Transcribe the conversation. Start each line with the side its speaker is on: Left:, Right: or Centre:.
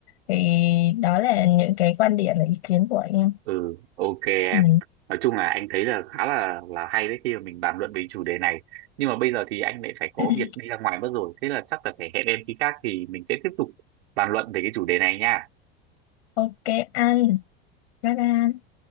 Left: thì đó là những cái quan điểm và ý kiến của anh em
Right: Ừ, ok em
Left: ừ.
Right: nói chung là anh thấy là khá là là hay đấy khi mà mình bàn luận về chủ đề này nhưng mà bây giờ thì anh lại phải có
Left: <clears throat>
Right: việc đi ra ngoài mất rồi thế là chắc là phải hẹn em khi khác thì mình sẽ tiếp tục bàn luận về cái chủ đề này nha
Left: ok anh bye bye